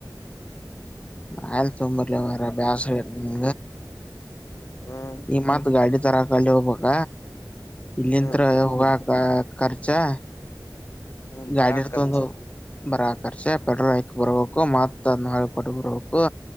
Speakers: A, on the left; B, on the left.
A: ಆಯರತ್ೊಂಬತ್ಲ ವರ ಬಸರ ನಿ
B: ಹ್ಮ್
A: ಈ ಮತ್ ಗಾಡಿ ತರಕಲ್ಲಿ ಹೋಗ್ಬೇಕ ಇಲ್ಲಿಂತ್
B: ಹ್ಮ್
A: ಹೋಗಾಕ ಖರ್ಚಾ
B: ಹ್ಮ್ ಬರಾ
A: ಗಾಡಿರ್
B: ಖರ್ಚು
A: ತ ಒಂದು ಬರ ಖರ್ಚ ಪೆಟ್ರೋಲ್ ಹೈಕ್ ಬರ್ಬೇಕು ಮತ್ ಅದ್ ನಾಲ್ ಕೋಟ ಬರ್ಬೇಕು